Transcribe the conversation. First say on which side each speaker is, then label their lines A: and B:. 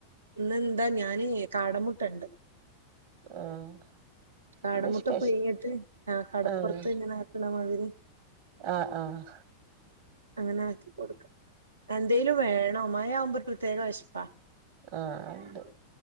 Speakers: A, on the right; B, on the right.
A: ഇന്ന് എന്താ ഞാന് കാടമുട്ടണ്ട്
B: ആഹ്
A: കടമുട്ട
B: എന്താ സ്പെഷ്യ
A: പുഴുങ്ങിട്ട് ആ കടപ്പുറത്ത്
B: ആഹ്
A: ഇങ്ങനെ ആക്ക്ണമാതിരി
B: ആഹ് ആഹ്
A: അങ്ങനെ ആക്കികൊടുക്ക എന്തേലും വേണം മയാമ്പൊ ഒരു പ്രത്യേക വിശപ്പാ
B: ആഹ് അദു